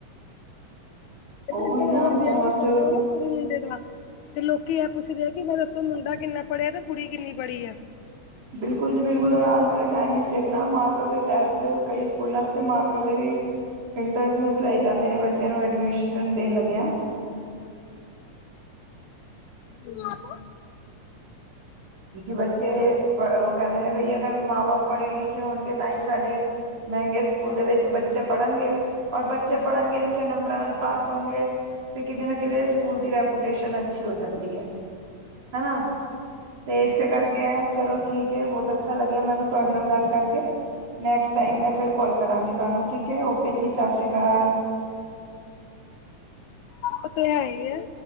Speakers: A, on the left; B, on the right.
A: ਅੱਜ-ਕੱਲ
B: ਉਹੀ ਨਾ
A: ਅਗਰ ਵਿਆਹ
B: ਬਹੁਤ
A: ਵੀ ਕਰ ਰੇ ਓ ਨਾ ਕੁੜੀ ਮੁੰਡੇ ਦਾ ਤੇ ਲੋਕੀ ਐ ਪੁੱਛਦੇ ਆ ਕਿ ਮੈਂ ਦੱਸੋ ਮੁੰਡਾ ਕਿੰਨਾ ਪੜ੍ਹਿਆ ਤੇ ਕੁੜੀ ਕਿੰਨੀ ਪੜ੍ਹੀ ਐ।
B: ਬਿਲਕੁਲ ਜੀ ਬਿਲਕੁਲ ਔਰ ਆਣ ਵਾਲੇ ਟਾਈਮ ਇਚ ਦੇਖਣਾ ਮਾਂ-ਪਿਓ ਦੇ ਟੈਸਟ ਕਈ ਸਕੂਲਾਂ ਚ ਤੇ ਮਾਂ-ਪਿਓ ਦੇ ਵੀ ਇੰਟਰਵਿਊਜ਼ ਲਏ ਜਾਂਦੇ ਨੇ ਬੱਚਿਆਂ ਨੂੰ ਐਡਮਿਸ਼ਨ ਦੇਣ ਲੱਗਿਆ।
A: <unintelligible>
B: <inaudible> ਕਿਉਂਕਿ ਬੱਚੇ ਓ ਕੈੰਦੇ ਨੇ ਵੀ ਅਗਰ ਮਾਂ-ਬਾਪ ਪੜ੍ਹੇ-ਲਿਖੇ ਹੋਣਗੇ ਤਾਂਈ ਤਾ ਸਾਡੇ ਮੈੰਗੇ ਸਕੂਲ ਦੇ ਵਿੱਚ ਬੱਚੇ ਪੜ੍ਹਨਗੇ ਔਰ ਬੱਚੇ ਪੜ੍ਹਨਗੇ ਅੱਛੇ ਨੰਬਰਾਂ ਨਾਲ ਪਾਸ ਹੋਣਗੇ ਤੇ ਕਿਤੇ ਨਾ ਕਿਤੇ ਸਕੂਲ ਦੀ ਰੈਪੋਟੇਸ਼ਨ ਅੱਛੀ ਹੋ ਜਾਂਦੀ ਐ ਹੈਨਾ। ਤੇ ਇਸੇ ਕਰਕੇ ਐ ਚਲੋ ਠੀਕ ਏ ਬੋਤ ਅੱਛਾ ਲੱਗਿਆ ਮੈਨੂੰ ਤੁਆਡੇ ਨਾਲ ਗੱਲ ਕਰਕੇ। ਨੈਕਸਟ ਟਾਈਮ ਮੈਂ ਫਿਰ ਕੋਲ ਕਰਾਂਗੀ ਤੁਆਨੂੰ ਠੀਕ ਏ ਓਕੇ ਜੀ ਸਾਸਰੀ ਕਾਲ।
A: ਓ ਤੇ ਹੈ ਈ ਏ।